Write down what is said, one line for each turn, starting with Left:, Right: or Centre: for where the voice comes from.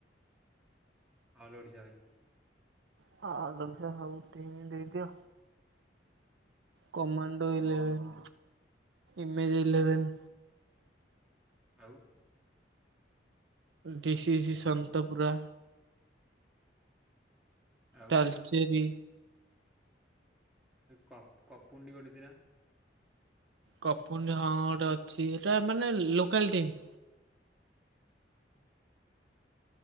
Centre: ଅଲ ଓଡିଶା ଭାଇ।
Right: <unintelligible> ଦେଇଦିଅ। Commando eleven image eleven.
Centre: ଆଉ।
Right: ଡିସିି ସି ସନ୍ତପୁରା।
Centre: ଆଉ
Right: ତାଲଚେରି।
Centre: କ କପୁଣ୍ଡି ଗଟେଥିଲା?
Right: କପୁନ ହିଁ ଗୋଟେ ଅଛି ସେଇଟା ମାନେ ଲୋକାଲ ଟିମ୍।